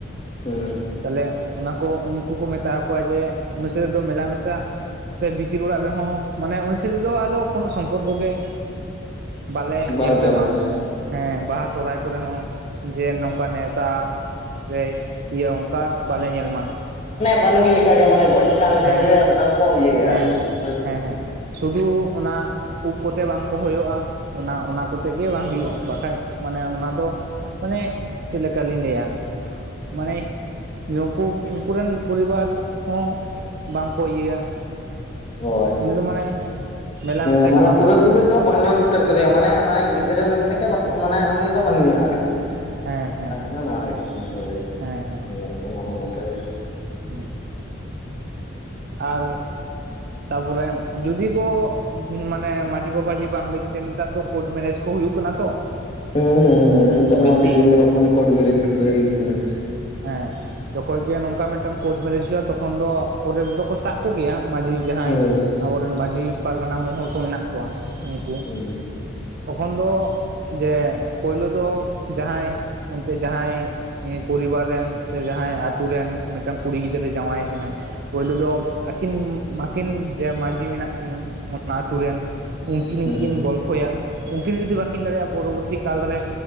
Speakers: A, on the left; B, on the right.
A: ᱦᱩᱸ
B: ᱛᱟᱦᱞᱮ ᱚᱱᱟ ᱠᱚ ᱩᱱᱠᱩ ᱠᱚ ᱢᱮᱛᱟ ᱠᱚᱣᱟ ᱡᱮ ᱩᱱᱤ ᱥᱮᱛᱮ ᱫᱚ ᱢᱮᱞᱟ ᱢᱮᱥᱟ ᱥᱮ ᱵᱷᱤᱛᱤᱨ ᱚᱲᱟᱜ ᱨᱮᱦᱚᱸ᱾ ᱢᱟᱱᱮ ᱩᱱᱤ ᱥᱟᱛᱮ ᱫᱚ ᱟᱫᱚ ᱠᱳᱱᱳ ᱥᱚᱢᱯᱚᱨᱠᱚ ᱜᱮ ᱵᱟᱞᱮ
A: ᱵᱟᱝ
B: ᱧᱮᱞ
A: ᱛᱟᱦᱮᱱᱟ
B: ᱯᱮ ᱢᱟ
A: ᱟᱨᱠᱤ
B: ᱦᱮᱸ᱾ ᱵᱟᱦᱟ ᱥᱚᱦᱚᱨᱟᱭ ᱠᱚᱨᱮ ᱦᱚᱸ ᱡᱮ ᱱᱚᱝᱠᱟ ᱱᱮᱣᱛᱟ ᱡᱮ ᱤᱭᱟᱹ ᱚᱱᱠᱟ ᱵᱟᱞᱮ ᱧᱮᱞ ᱢᱟ᱾
A: ᱵᱟᱱᱩᱭ ᱞᱮᱠᱟ ᱜᱮ ᱢᱟᱱᱮ ᱜᱚᱡ ᱠᱟᱱ ᱞᱮᱠᱟ
B: ᱦᱮᱸ
A: ᱜᱮ ᱚᱱᱠᱟ ᱜᱮᱠᱚ ᱤᱭᱟᱹᱭᱟ
B: ᱦᱮᱸ
A: ᱟᱨᱠᱤ
B: ᱦᱮᱸ
A: ᱦᱳᱭᱥᱮ᱾
B: ᱦᱮᱸ ᱦᱮᱸ ᱥᱩᱫᱷᱩ ᱚᱱᱟ ᱩᱵ ᱠᱚᱛᱮ ᱵᱟᱝ ᱠᱚ ᱦᱩᱭᱚᱜᱼᱟ, ᱚᱱᱟ ᱚᱱᱟ ᱠᱚᱛᱮᱜ ᱜᱮ ᱵᱟᱝ ᱦᱩᱭᱩᱜᱼᱟ, ᱵᱟᱠᱷᱟᱡ ᱢᱟᱱᱮ ᱚᱱᱟ ᱫᱚ ᱩᱵ ᱢᱟᱱᱮ ᱪᱮᱫ ᱞᱮᱠᱟ ᱞᱤᱧ ᱞᱟᱹᱭᱟ? ᱢᱟᱱᱮ ᱱᱩᱠᱩ ᱱᱩᱠᱩ ᱨᱮᱱ ᱯᱚᱨᱤᱵᱟᱨ ᱦᱚᱸ ᱵᱟᱝᱠᱚ ᱤᱭᱟᱹᱭᱟ᱾
A: ᱚ ᱟᱪᱷᱟ
B: ᱩᱱᱤ
A: ᱟᱪᱷᱟ᱾
B: ᱫᱚ ᱢᱟᱱᱮ ᱢᱮᱞᱟ
A: ᱦᱮᱸ
B: ᱢᱮᱥᱟ ᱜᱮ
A: ᱢᱟᱱᱮ
B: ᱵᱟᱝ
A: ᱯᱩᱨᱟᱹ
B: ᱜᱟᱱᱚᱜᱼᱟ
A: ᱠᱚᱵᱤ ᱛᱚ ᱵᱷᱟᱰᱟᱱ ᱩᱛᱟᱹᱨ ᱠᱟᱫᱮᱭᱟ ᱢᱟᱱᱮ ᱢᱟᱱᱮ ᱜᱤᱫᱽᱨᱟᱹ ᱢᱮᱱᱛᱮ ᱠᱟᱠᱚ ᱢᱟᱱᱮ ᱩᱱᱤ ᱫᱚ ᱵᱟᱹᱱᱩᱭᱟ ᱟᱨᱠᱤ᱾
B: ᱦᱮᱸ ᱦᱮᱸ
A: ᱠᱟᱛᱷᱟ
B: ᱦᱮᱸ
A: ᱠᱚᱫᱚ ᱱᱚᱣᱟ ᱦᱚᱭᱚᱜ ᱠᱟᱱᱟ ᱦᱳᱭ᱾
B: ᱦᱮᱸ ᱦᱮᱸ
A: ᱚᱱᱟ ᱢᱟ ᱱᱟᱯᱟᱭ ᱜᱮ᱾
B: ᱦᱮᱸ ᱟᱨ ᱛᱟᱵᱚᱞᱮ ᱡᱩᱫᱤ ᱠᱚ ᱢᱟᱱᱮ ᱢᱟᱹᱡᱷᱤ ᱵᱟᱵᱟᱡᱷᱤ ᱵᱟᱝ ᱞᱟᱹᱭ ᱠᱟᱛᱮᱫ ᱱᱮᱛᱟᱨ ᱫᱚ ᱠᱳᱴ ᱢᱮᱨᱮᱡᱽ ᱠᱚ ᱦᱩᱭᱩᱜ ᱠᱟᱱᱟᱱ ᱛᱚ᱾
A: ᱦᱩᱸ ᱦᱩᱸ ᱦᱩᱸ ᱱᱮᱛᱟᱨ
B: ᱵᱮᱥᱤ
A: ᱢᱟ ᱟᱰᱤ ᱡᱮ ᱧᱮᱞᱚᱜ ᱠᱟᱱ ᱠᱴᱢᱨᱮᱡᱽ ᱠᱚᱜᱮ ᱦᱩᱭᱩᱜ ᱠᱟᱱᱟ᱾
B: ᱦᱮᱸ ᱡᱚᱠᱷᱚᱡ ᱜᱮ ᱱᱚᱝᱠᱟ ᱢᱤᱫᱴᱟᱝ ᱠᱳᱴ ᱢᱨᱮᱡᱽ ᱦᱩᱭᱩᱜᱼᱟ ᱛᱚᱠᱷᱚᱱ ᱫᱚ ᱯᱚᱨᱮ ᱨᱮᱫᱚ ᱠᱚ ᱥᱟᱵ ᱠᱚ ᱜᱮᱭᱟ᱾ ᱢᱟᱹᱡᱷᱤ ᱡᱟᱦᱟᱸᱭ
A: ᱦᱳᱭ
B: ᱟᱵᱚᱨᱮᱱ ᱢᱟᱹᱡᱷᱤ, ᱯᱟᱨᱜᱟᱱᱟ ᱢᱚᱦᱚᱞ ᱠᱚ ᱢᱮᱱᱟᱜ ᱠᱚᱣᱟ ᱩᱱᱠᱩ᱾
A: ᱦᱮᱸ
B: ᱛᱚᱠᱷᱚᱱ ᱫᱚ ᱡᱮ ᱯᱳᱭᱞᱳ ᱫᱚ ᱡᱟᱦᱟᱸᱭ ᱮᱱᱛᱮ ᱡᱟᱦᱟᱸᱭ ᱯᱚᱨᱤᱵᱟᱨ ᱨᱮᱱ ᱥᱮ ᱡᱟᱦᱟᱸᱭ ᱟᱛᱩ ᱨᱮᱱ ᱢᱤᱫᱴᱟᱝ ᱠᱩᱲᱤ ᱜᱤᱫᱽᱨᱟᱹᱭ ᱡᱟᱢᱟᱭ ᱠᱟᱱᱟᱭ᱾ ᱯᱳᱭᱞᱳ ᱫᱚᱢ ᱟᱹᱠᱤᱱ ᱟᱹᱠᱤᱱ ᱡᱮ ᱢᱟᱹᱡᱷᱤ ᱢᱮᱱᱟᱜ ᱠᱤᱱᱟᱹ ᱚᱱᱟ ᱟᱹᱛᱩ ᱨᱮᱱ᱾ ᱩᱱᱠᱤᱱ
A: ᱦᱮᱸ ᱦᱮᱸ
B: ᱜᱮ ᱠᱤᱱ ᱜᱚᱞᱯᱷᱚᱭᱟ᱾ ᱩᱱᱠᱤᱱ ᱡᱩᱫᱤ ᱵᱟᱹᱠᱤᱱ ᱫᱟᱲᱮᱭᱟᱜᱼᱟ, ᱯᱚᱨᱚᱵᱚᱨᱛᱤ ᱠᱟᱞᱨᱮ